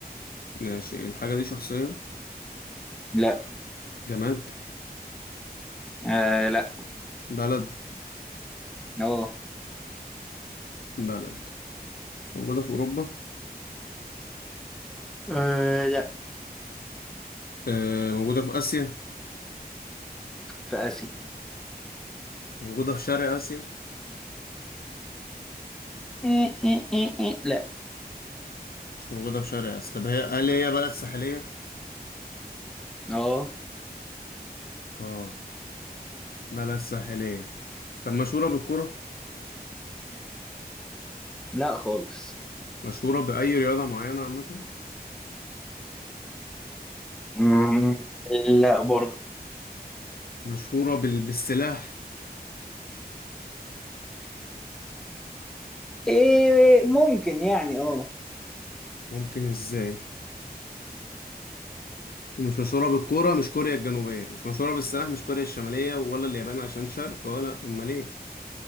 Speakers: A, on the left; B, in the centre.
A: ماشي الحاجة دي شخصية
B: لا
A: جماد
B: آه لا
A: بلد
B: أوه.
A: بلد موجودة في أوروبا
B: أه لا
A: آه موجودة في آسيا
B: في آسيا
A: موجودة في شرق آسيا
B: إيه إيه إيه إيه. لا
A: مش موجودة في شرق آسيا طب هي هل هي بلد ساحلية؟
B: اه
A: اه بلد ساحلية طب مشهورة بالكرة
B: لا خالص
A: مشهورة بأي رياضة معينة عامة
B: مم، لا برضه
A: مشهورة بال... بالسلاح
B: إيه ممكن يعني اه
A: ممكن ازاي ومش مشهورة بالكرة مش كوريا الجنوبية مش مشهورة بالسلاح مش كوريا الشمالية ولا اليابان عشان شرق ولا أمال ايه